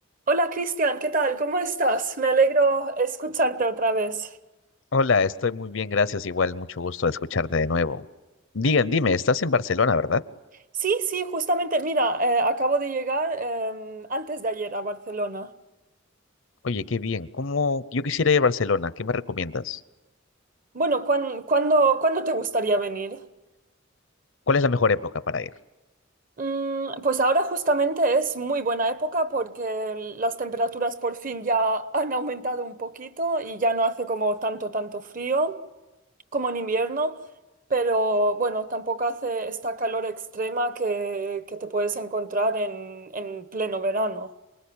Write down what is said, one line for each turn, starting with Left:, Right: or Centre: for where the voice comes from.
Right: Hola Cristian, ¿qué tal? ¿Cómo estás? Me alegro escucharte otra vez.
Left: Hola, estoy muy bien, gracias. Igual, mucho gusto de escucharte de nuevo. Digan, dime, estás en Barcelona, ¿verdad?
Right: Sí, sí, justamente, mira, eh, acabo de llegar em, antes de ayer a Barcelona.
Left: Oye, qué bien. ¿Cómo? Yo quisiera ir a Barcelona. ¿Qué me recomiendas?
Right: Bueno, ¿cuán- ¿cuándo, cuándo te gustaría venir?
Left: ¿Cuál es la mejor época para ir?
Right: Mm, pues ahora justamente es muy buena época porque las temperaturas por fin ya han aumentado un poquito y ya no hace como tanto, tanto frío. como en invierno, pero bueno, tampoco hace esta calor extrema que, que te puedes encontrar en, en pleno verano.